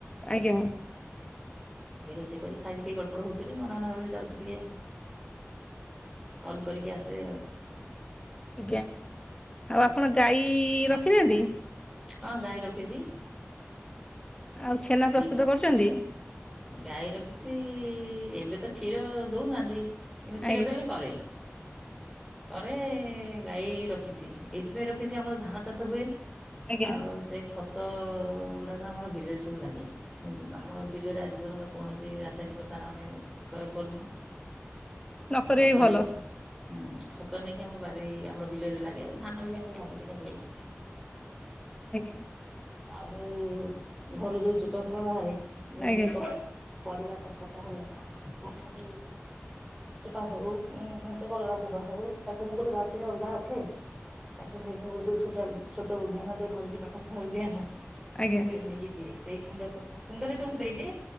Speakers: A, on the left; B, in the centre.
A: ଆଜ୍ଞା।
B: ଟିକେ ରୋଷେଇ କରି ଖାଇକି ଟିକେ ଗଡ ପଡ ହଉଥିଲି ମନେ ମନେ ଭାବିଲି ଯାଉଛି ଟିକେ। କଲ୍ କରିକି ଆସେ ଆଉ।
A: ଆଜ୍ଞା ଆଉ ଆପଣ ଗାଈ ରଖିନାହାନ୍ତି।
B: ହଁ ଗାଈ ରଖିଛି।
A: ଆଉ ଛେନା
B: ଦି
A: ପ୍ରସ୍ତୁତ କରୁଛନ୍ତି।
B: ଗାଈ ରଖିଛି ଏବେ ତ କ୍ଷୀର ଦଉନାହାନ୍ତି କିନ୍ତୁ
A: ଆଜ୍ଞା
B: କ୍ଷୀର ଦେଲେ କରେ। କରେ ଗାଈ ରଖିଛି ଏଇଥିପାଇଁ ରଖିଛି ଆମର ଧାନ ଚାଷ ହୁଏ।
A: ଆଜ୍ଞା
B: ଆଉ ସେଇ ଖତ ଗୁଡାକ ଆମର ବିଲରେ ସବୁ ଲାଗେ ଆମର ବିଲରେ ଆଜି। ଏପର୍ଯ୍ୟନ୍ତ କୌଣସି ରାସାୟନିକ ସାର ଆମେ ପ୍ରୟୋଗ କରିନୁ।
A: ନ କରେ
B: ଖତ
A: ଭଲ।
B: ଯେତି ହୁଁ ଖତ ନେଇକି ଆମର ବାରି ଆମର ବିଲରେ ଲାଗେ ଧାନ ବି ଆମର ଭଲ ଦିଇଟା ହୁଏ।
A: ଆଜ୍ଞା।
B: ଆଉ ଯୋଉ ଘରୁ ଯୋଉ ଚୋପା ଫୋପା ବାହାରେ। ଯେମିତି
A: ଆଜ୍ଞା।
B: କି କଟା ପରିବା କ କଟା ହେଲା ତଥାବି। ଚୋପା ହଉ ସେ କଲରା ଚୋପା ହଉ ତାକୁ ମୁଁ ଗୋଟେ ବାଲଟି ରେ ଅଲଗା ରଖେ। ତାକୁ ନେଇକି ମୋର ଯୋଉ ଛୋଟ ଛୋଟ ଉଦ୍ୟାନ ଟିଏ କରିଛି ପାଖସା ଉଦ୍ୟାନ।
A: ଆଜ୍ଞା
B: ସେଥିରେ ନେଇକି ଦିଏ ସେଇ କୁଣ୍ଡ କୁଣ୍ଡରେ ସବୁ ଦେଇଦିଏ।